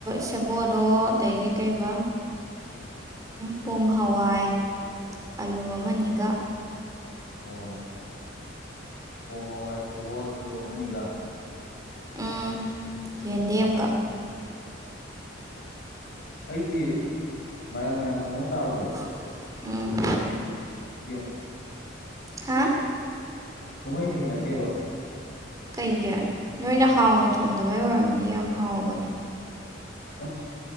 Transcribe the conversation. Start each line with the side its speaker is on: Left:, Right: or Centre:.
Right: ꯁꯦꯕꯣꯠ ꯑꯣ ꯑꯗꯒꯤ ꯀꯩꯕ ꯄꯣꯡ ꯍꯋꯥꯏ ꯑꯂꯨ ꯑꯃꯅꯤꯒ
Left: ꯑꯣ ꯄꯣꯡ ꯍꯋꯥꯏ ꯁꯦꯕꯣꯠ ꯑꯂꯨ ꯑꯃꯅꯤꯒ
Right: ꯎꯝ ꯌꯦꯟꯗꯦꯝꯒ
Left: ꯑꯩꯗꯤ ꯃꯌꯥꯟ ꯃꯌꯥꯟ ꯊꯣꯡꯉꯒ ꯆꯥꯕꯁꯦ
Right: ꯆꯥꯕꯁꯦ ꯎꯝ
Left: ꯍꯩꯅꯗꯦꯉꯣ
Right: ꯍꯥꯥ
Left: ꯁꯨꯡꯍꯩ ꯍꯩꯅꯗꯦꯕ
Right: ꯀꯩꯒꯤ ꯅꯣꯏꯅ ꯍꯥꯎꯅ ꯊꯣꯡꯗꯕꯩ ꯑꯣꯏꯔꯝꯅꯤ ꯌꯥꯝ ꯍꯥꯎꯕꯅꯦ
Left: ꯑꯁ